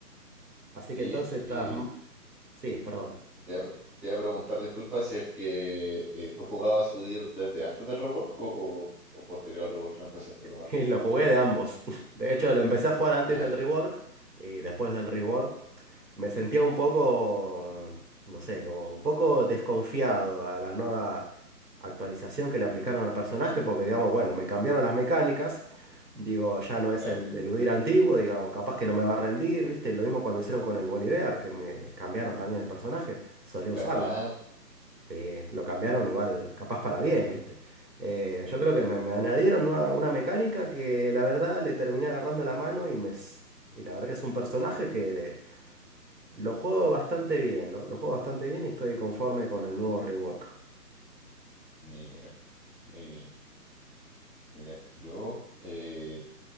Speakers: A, on the right; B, in the centre.
A: Así
B: Oye,
A: que entonces estás...
B: eh,
A: Sí, perdón.
B: te voy a, te voy a preguntar, disculpa, si es que eh, tú jugabas UDIR desde antes del rework o, o posterior al rework la empezaste
A: <laughs>
B: a tomar.
A: Y lo jugué de ambos. <laughs> De hecho, lo empecé a jugar antes
B: Ah,
A: del
B: ya,
A: rework y después del rework me sentía un poco, no sé, como un poco desconfiado a la nueva actualización que le aplicaron al personaje porque, digamos, bueno, me cambiaron las mecánicas. Digo, ya no es
B: claro.
A: el eludir antiguo, digamos, capaz que no me va a rendir, ¿viste? Lo mismo cuando hicieron con el Bolívar, que me cambiaron también el personaje. Solía
B: ¿Verdad?
A: usarlo. Sí, lo cambiaron igual, capaz para bien, ¿viste? Eh, yo creo que me, me añadieron una, una mecánica que la verdad le terminé agarrando la mano y me... s- Y la verdad que es un personaje que lo juego bastante bien, lo, lo juego bastante bien y estoy conforme con el nuevo rework.
B: Mira, muy bien. Mira, yo eh,